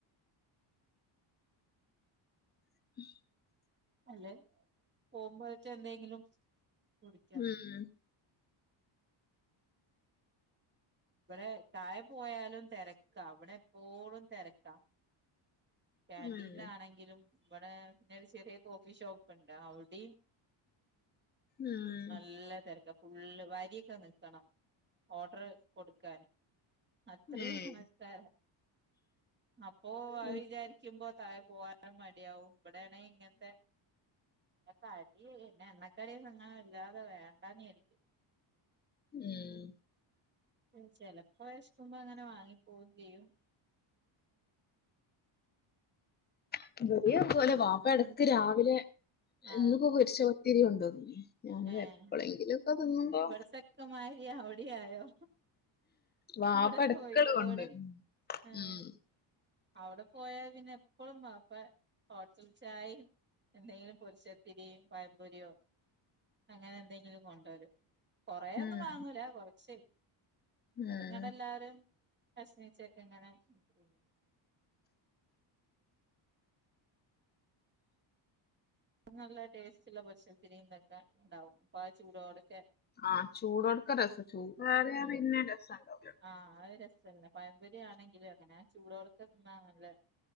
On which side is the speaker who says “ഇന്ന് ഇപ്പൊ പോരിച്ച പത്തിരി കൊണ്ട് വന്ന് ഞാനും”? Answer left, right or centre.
Left